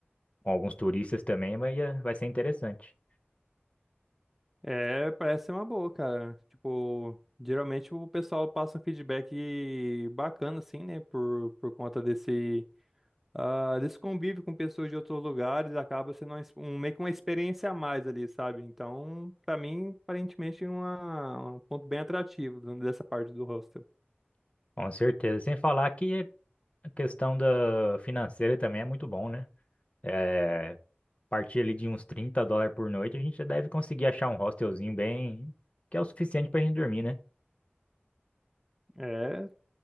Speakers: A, on the left (about 35°); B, in the centre.
A: com alguns turistas também, vai, vai ser interessante.
B: É, parece ser uma boa, cara. Tipo, geralmente o pessoal passa um feedback bacana, assim, né, por, por conta desse. Ah, desse convívio com pessoas de outros lugares acaba sendo uma ex- um, meio que uma experiência a mais ali, sabe? Então, pra mim, aparentemente, é uma, um ponto bem atrativo dessa parte do hostel.
A: Com certeza. Sem falar que a questão da financeira também é muito bom, né? É, partir ali de uns 30 dólares por noite, a gente já deve conseguir achar um hostelzinho bem, que é o suficiente pra gente dormir, né?
B: É,